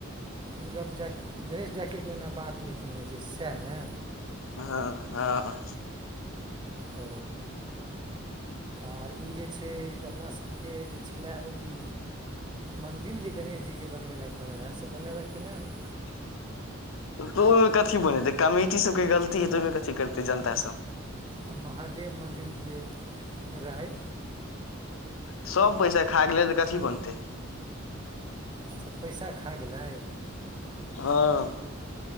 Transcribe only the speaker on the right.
दुर्गा पूजाके गणेश पूजाके एक महीना बाद मीटिंग होइ छै सएह ने।
ओ। आर ई जे छै अपना सभके जे छलय अथी मन्दिर जे गणेश जीके बनबै ले कहने रहै से बनेलक कि नहि?
आ महादेव मन्दिर जे रहै
अच्छा पैसा खा गेलै।